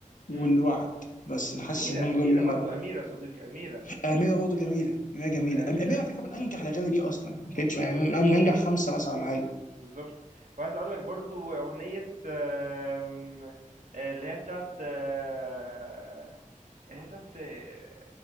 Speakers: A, on the left; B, on the right.
A: والوعد
B: مم.
A: بس انا حاسس
B: أميرة
A: انهم دول
B: أميرة
A: اللي
B: برضو
A: انا
B: أميرة صديقي أميرة
A: اميره برضه جميله اميره جميله
B: يعني
A: أم- اميره
B: آه،
A: على فكره من انجح الاغاني دي اصلا ما
B: آه،
A: كانتش
B: بالظبط
A: يعني من من
B: بالظبط
A: انجح خمسه مثلا ولا حاجه
B: بالظبط وعايز أقول لك برضو أغنية آم، اللي هي بتاعت آه، اللي هي بتاعت آه،